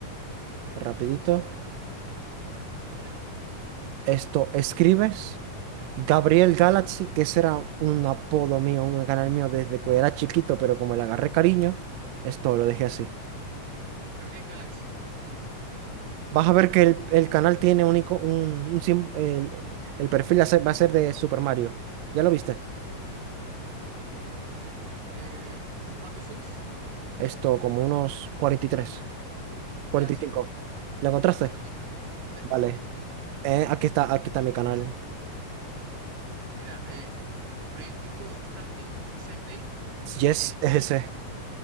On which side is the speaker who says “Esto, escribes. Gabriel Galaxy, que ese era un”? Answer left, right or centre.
Right